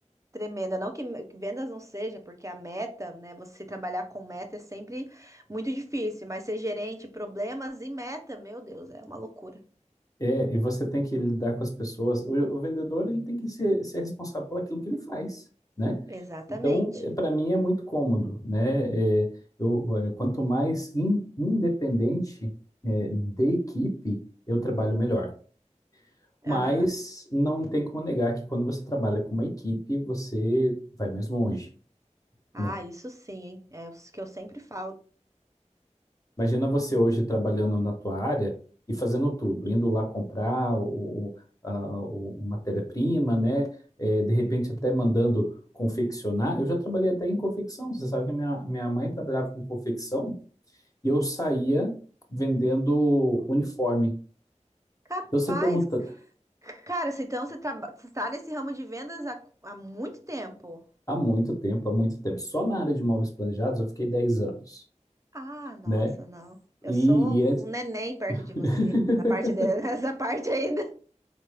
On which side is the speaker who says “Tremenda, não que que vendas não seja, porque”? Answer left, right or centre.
Right